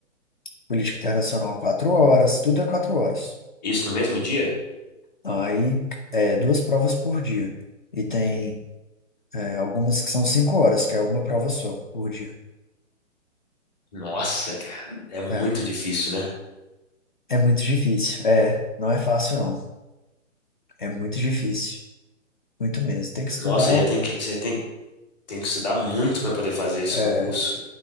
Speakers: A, on the left (about 40°); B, in the centre.
A: Política internacional, quatro horas, tudo é quatro horas.
B: Isso no mesmo dia?
A: Aí, é, duas provas por dia. E tem, é, algumas que são cinco horas, que é uma prova só por dia.
B: Nossa, cara, é muito
A: É,
B: difícil, né?
A: é muito difícil. É, não é fácil, não. É muito difícil. Muito mesmo. Tem que estudar,
B: Nossa, já tem que, você tem, tem que estudar muito para poder fazer esse
A: é,
B: concurso,